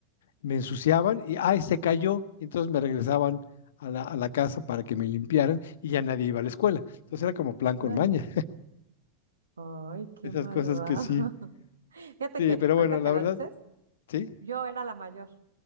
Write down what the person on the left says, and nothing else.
me ensuciaban y, ay, se cayó, y entonces me regresaban a la, a la casa para que me limpiaran y ya nadie iba a la escuela. Entonces era como plan con
maña,
esas
cosas que sí,
sí,
pero
bueno,
la
verdad,
sí.